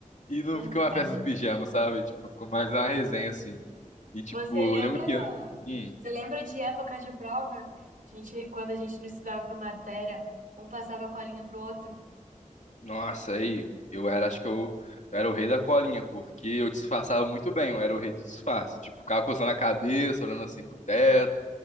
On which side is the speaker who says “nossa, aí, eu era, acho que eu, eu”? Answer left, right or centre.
Left